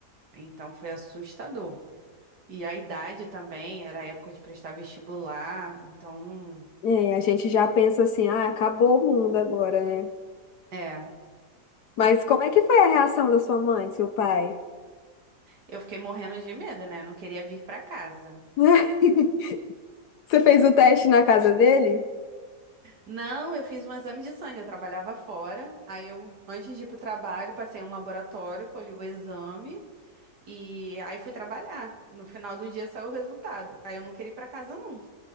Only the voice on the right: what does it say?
Então foi assustador. E a idade também, era a época de prestar vestibular, então,
é,
eu fiquei morrendo de medo, né? Eu não queria vir pra casa.
Não, eu fiz um exame de sangue, eu trabalhava fora. Aí eu, antes de ir pro trabalho, passei em um laboratório, colhi o exame e aí fui trabalhar. No final do dia saiu o resultado. Aí eu não queria ir pra casa, não.